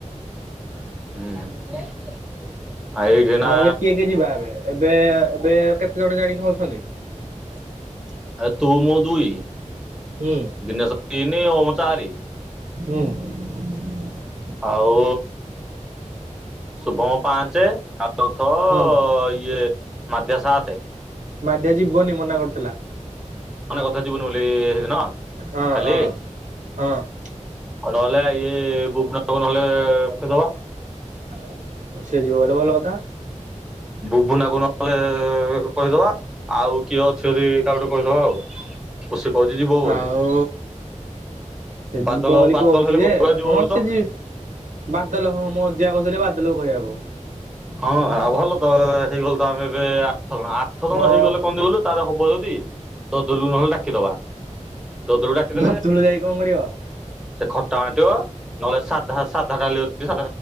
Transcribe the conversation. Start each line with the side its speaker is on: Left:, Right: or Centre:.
Centre: ହୁଁ। ଏଇଠି ଏଇନା
Right: ଆଉ ଏବେ କିଏ କି ଯିବା ଏବେ ଏବେ ଏବେ କେତେ ଜଣ ଜାଣିକି ହିଁଉଛନ୍ତି? <unintelligible>
Centre: ଆ ତୁ ମୁଁ ଦୁଇ
Right: ହୁଁ
Centre: ଦିନେଶ ତିନି ଓମ ଚାରି।
Right: ହୁଁ। <inaudible>
Centre: ଆଉ ଶୁଭମ ପାଞ୍ଚେ ଆ ଚ ଛଅ
Right: ହୁଁ
Centre: ଇଏ ମାଧ୍ୟା ସାତେ
Right: ମାଧ୍ୟା ଯିବନି ମନା କରୁଥିଲା।
Centre: ତତେ କୋହୁଥିଲା ଯିବୁନୁ ବୋଲି ହେଇଦିନ
Right: ହଁ
Centre: କାଲି?
Right: ହଁ ହଁ
Centre: ଆଉ ନହେଲେ ଏଇ ଭୁବନବ ନହେଲେ କହିଦବା
Right: <inaudible> ହଁ ସେ ଯିବ ବୋଲେ ଭଲ କଥା।
Centre: ବୁବୁନାକୁ ନହେଲେ କହିଦବା ଆଉ କିଏ ଅଛି ଯଦି କାହାକୁ ଟିକେ କହିଦବା ଆଉ ପୁସି କୋହୁଚି ଯିବ ବୋଲି।
Right: ଆଉ ସେ ଯିବ
Centre: ବାଦଲ
Right: ବୋଲି
Centre: ବାଦଲ
Right: କୋହୁଚି
Centre: ହେଲେ
Right: ଯେ
Centre: କହୁଥିଲା ଯିବ
Right: ହଁ
Centre: ବୋଲି ତ
Right: ସେ ଯି ବାଦଲ ହଁ ମୋ ଅଜା କୋହୁଥିଲେ ବାଦଲକୁ କହିବାକୁ।
Centre: ହଁ ଆ ଭଲ ତ ହେଇଗଲ ତ ଆମେ ଏବେ ଆଠ ଜଣ ଆଠ ଜଣ
Right: ମୋ
Centre: ହେଇଗଲେ କଣଗଲେ ତାର ହ ବ ଯଦି ଦଦଲୁକୁ ନହେଲେ ଡାକିଦବା। ଦଦୁଲୁକୁ ଡାକିଦେଲେ
Right: ଧତୁଲୁ ଯାଇ କଣ କରିବ?
Centre: ସେ ଖ ଟା ବାଣ୍ଟିବ ନହେଲେ ସାଧା ସାଧା ଡ଼ାଲି ଅଛି ଯ